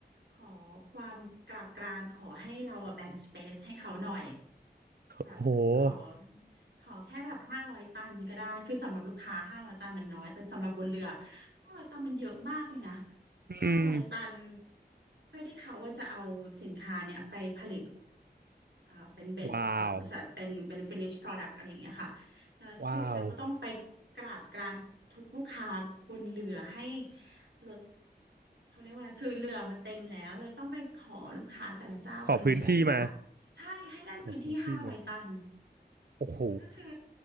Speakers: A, on the right; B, on the right.
A: ขอความกราบกรานขอให้เราอะแบ่งสเปซให้เขาหน่อย แบบขอ
B: โอ้โห <laughs> โอ้โห
A: ขอแค่แบบห้าร้อยตันก็ได้คือสำหรับลูกค้าห้าร้อยตันมันน้อยแต่สำหรับบนเรือห้าร้อยตันมันเยอะมากเลยนะ
B: อืม
A: ห้าร้อยตันเพื่อที่เขาว่าจะเอาสินค้าเนี่ยไปผลิต เอ่อเป็นเบสเอ่อไม่ใช่เป็นเป็น
B: ว้าว
A: finish product อะไรอย่างเงี้ยค่ะแล้วคือเราก็ต้องไป
B: ว้าว
A: กราบกรานทุกลูกค้าบนเรือให้ลดเขาเรียกว่าอะไรคือเรือมันเต็มแล้วเราต้องไปขอลูกค้าแต่ละเจ้าบนเรืออย่างเงี้ยค่ะใช่ให้ได้พื้นที่ห้าร้อยตัน
B: ขอพื้นที่มาขอพื้นที่มาโอ้โห
A: แล้วก็คือ